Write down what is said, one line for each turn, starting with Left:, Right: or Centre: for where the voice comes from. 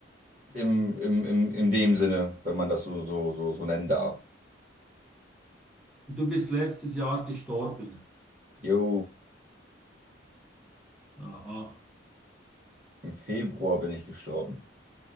Right: Im, im, im, in dem Sinne, wenn man das so, so, so, so nennen darf.
Centre: Du bist letztes Jahr gestorben.
Right: Jo,
Centre: Aha.
Right: im Februar bin ich gestorben.